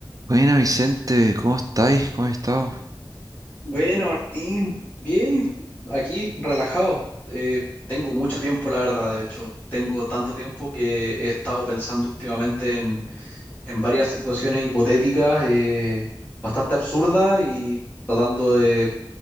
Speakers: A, on the right (about 45°); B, on the left (about 20°).
A: Buena Vicente, ¿cómo estáis? ¿Cómo has estado?
B: Buena, Martín. Bien, ¿y tú? Aquí, relajado. Eh, tengo mucho tiempo, la verdad. De hecho, tengo tanto tiempo que he estado pensando últimamente en, en varias situaciones hipotéticas, eh, bastante absurdas y tratando de